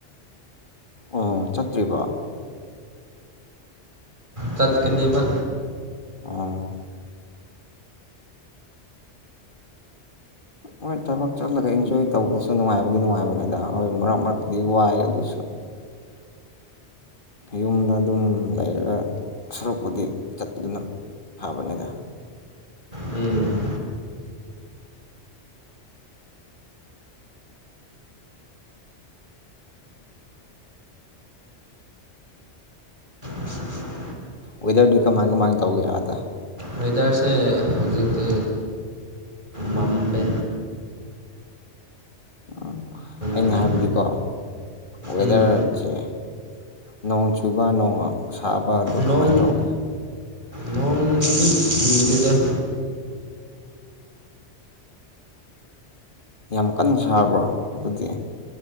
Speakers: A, on the left; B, on the right.
A: ꯑꯣ ꯆꯠꯇ꯭ꯔꯤꯕꯣ
B: ꯇꯠꯀꯅꯤꯕ
A: ꯑꯣ ꯍꯣꯏ ꯊꯕꯛ ꯆꯠꯂꯒ ꯏꯟꯖꯣꯏ ꯇꯧꯕꯗꯁꯨ ꯅꯨꯡꯉꯥꯏꯕꯗꯤ ꯅꯨꯡꯉꯥꯏꯕꯅꯦꯗ ꯍꯣꯏ ꯃꯔꯛ ꯃꯔꯛꯇꯤ ꯋꯥꯏ ꯑꯗꯨꯁꯨ ꯌꯨꯝꯗ ꯑꯗꯨꯝ ꯂꯩꯔꯒ ꯁꯔꯨꯛꯄꯨꯗꯤ ꯆꯠꯄꯗꯨꯅ ꯐꯕꯅꯦꯗ
B: ꯎꯝ ꯎꯝ <unintelligible>
A: ꯋꯦꯗꯔꯗꯤ ꯀꯃꯥꯏ ꯀꯃꯥꯏꯅ ꯇꯧꯒꯦ ꯑꯥꯗ
B: ꯋꯦꯗꯔꯁꯦ ꯍꯧꯖꯤꯛꯇꯤ ꯃꯝꯕꯦ
A: ꯎꯝ ꯑꯩꯅ
B: ꯂꯩꯌꯦ
A: ꯍꯥꯏꯕꯗꯤꯀꯣ ꯋꯦꯗꯔꯁꯦ
B: ꯎꯝ
A: ꯅꯣꯡ ꯆꯨꯕ ꯅꯣꯡ ꯁꯥꯕ ꯑꯗꯨ ꯀꯃꯥꯏꯅ
B: ꯅꯣꯡ
A: ꯇꯧꯒꯦ
B: ꯅꯣꯡꯕꯨꯗꯤ ꯆꯨꯗꯦꯗ <unintelligible>
A: ꯌꯥꯝ ꯀꯟꯅ ꯁꯥꯕ꯭ꯔ ꯑꯗꯨꯗꯤ